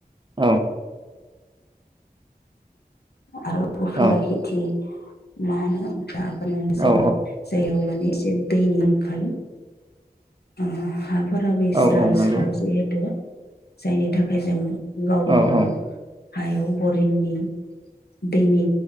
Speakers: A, on the right; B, on the left.
A: औ
B: आरो उफेरा
A: औ
B: खेथि मा होनो <unintelligible> जायगायाव
A: औ
B: माने एसे दैनि आंखाल <unintelligible> फोराबैस्रानस्राव
A: औ औ नंगौ
B: जिहेतु जायनि थाखाय जों गावबा
A: औ
B: गाव
A: औ
B: हायाव बरिंनि दैनि